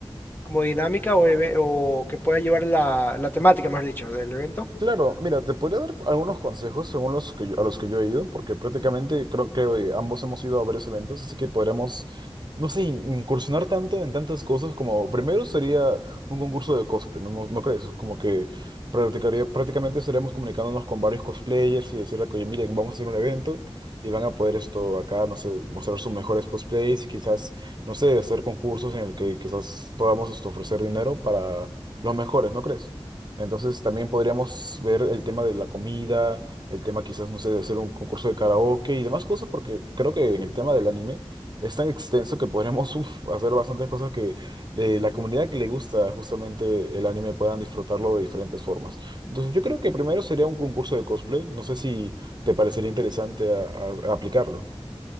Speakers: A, on the left; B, on the right.
A: como dinámica o, eve- o que pueda llevar la, la temática, más dicho, del evento?
B: Claro, mira, te podría dar algunos consejos según los que yo- a los que yo he ido, porque prácticamente creo que eh, ambos hemos ido a varios eventos, así que podríamos, no sé, in- incursionar tanto en tantas cosas como primero sería un concurso de cosplay, ¿no, no, no crees? Como que practicaría, prácticamente estaríamos comunicándonos con varios cosplayers y decirle, oye, miren, vamos a hacer un evento y van a poder esto acá, no sé, mostrar sus mejores cosplays y quizás, no sé, hacer concursos en el que quizás podamos esto, ofrecer dinero para los mejores, ¿no crees? Entonces también podríamos ver el tema de la comida, el tema quizás, no sé, de hacer un concurso de karaoke y demás cosas, porque creo que en el tema del anime es tan extenso que podremos <laughs> uf, hacer bastantes cosas que eh, la comunidad que le gusta justamente el anime puedan disfrutarlo de diferentes formas. Entonces yo creo que primero sería un concurso de cosplay, no sé si te parecería interesante a- a- a aplicarlo.